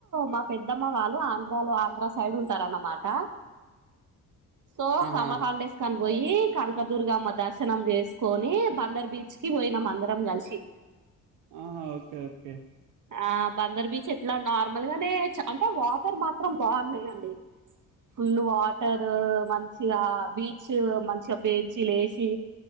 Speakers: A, on the right; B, on the right.
A: మా పెద్దమ్మ వాళ్ళు ఆంధ్రాలో ఆంధ్ర సైడ్ ఉంటారన్నమాట సో
B: ఆహా
A: సమర్ హాలిడేస్ కని పోయి కనకదుర్గమ్మ దర్శనం చేసుకొని బందర్ బీచ్ కి పోయినాం అందరం కలిసి
B: ఆహా ఓకే ఓకే
A: ఆ బందర్ బీచ్ ఎట్లా నార్మల్ గానే అంటే వాటర్ మాత్రం బాగున్నాయండి ఫుల్ వాటర్ మంచిగా బీచ్ మంచిగా బెంచీలు ఈసీ